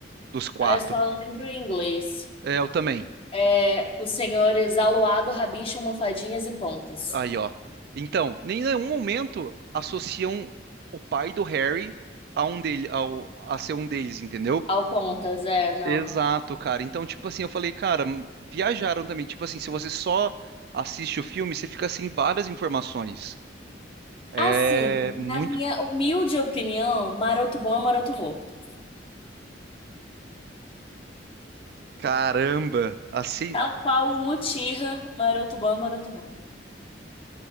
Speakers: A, on the right; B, on the left.
A: dos quatro.
B: Ah, eu só lembro em inglês.
A: É, eu também.
B: É, os senhores aluado, rabicho, almofadinhas e pontas.
A: Aí, ó. Então, nem em nenhum momento associam o pai do Harry a um dele, ao, a ser um deles, entendeu?
B: Ao pontas, é, não.
A: Exato, cara. Então, tipo assim, eu falei, cara, m- viajaram também. Tipo assim, se você só assiste o filme, você fica assim várias informações. É
B: Assim, na
A: muito
B: minha humilde opinião, maroto bom é maroto morto.
A: Caramba, assim.
B: Tal qual o Mutirra, maroto bom é maroto morto.